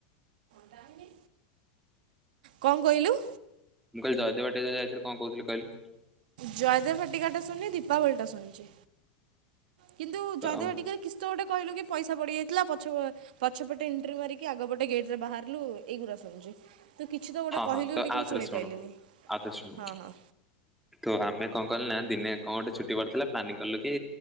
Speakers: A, on the right (about 75°); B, in the centre.
A: ଘଣ୍ଟା ଆଣିଲି କଣ କହିଲୁ?
B: ମୁଁ କହିଲି ଜୟଦେବ ବାଟିକା ଯଉ ଯାଇଥିଲ କଣ କହୁଥିଲି କହିଲୁ
A: ଜୟଦେବ ଭାଟିକା ଟା ଶୁଣିନି ଦୀପାବଳିଟା ଶୁଣିଛିେ କିନ୍ତୁ
B: ତ
A: ଜୟଦେବ
B: ହଁ
A: ଭାଟିକା ତ ଗୋଟେ କହିଲୁ କି ପଇସା ପଡିଯାଇଥିଲା ପଛ- ପଛପଟେ ଏଣ୍ଟ୍ରି ମାରିକି ଆଗପଟେ ଗେଟ ରେ ବାହାରିଲୁ ଏଇଗୁଡା ଶୁଣିଛି ତୁ କିଛି ତ ଗୋଟେ କହିଲୁ
B: ହଁ ତ
A: ବୋଲିକି କି
B: ଆଉଥରେ
A: ମୁଁ ଶୁଣିପାରିଲିିନି
B: ଶୁଣୁ ଆଉଥରେ ଶୁଣୁ।
A: ହଁ ହଁ
B: ତ ଆମେ କଣ କଲୁ ନା ଦିନେ କଣ ଗୋଟେ ଛୁଟି ପଥିଲା ପ୍ଲାନିଂ କଲୁ କି